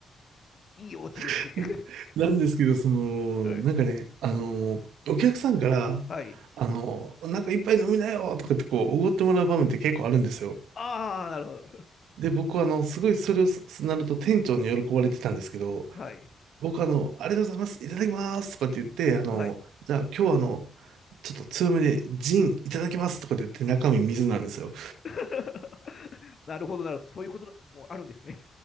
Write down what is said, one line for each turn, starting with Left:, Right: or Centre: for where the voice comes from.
Left: いいお家ですね。
Right: <laughs>
Left: <laughs>
Right: なんですけど、その、
Left: うん
Right: なんかね、あの、お客さんから、
Left: はい。
Right: あの、なんか一杯飲みなよとかってこう、おごってもらう場面って結構あるんですよ。
Left: ああ、なるほど。
Right: で、僕はあの、すごいそれをすなると店長に喜ばれてたんですけど、
Left: はい。
Right: 僕あの、ありがとうございます、いただきますとかって言って、あの、
Left: はい。
Right: じゃあ今日あの、ちょっと強めでジンいただきますとかって言って中身水なんですよ。
Left: <laughs> なるほど、なるほど。そういうこともあるんですね。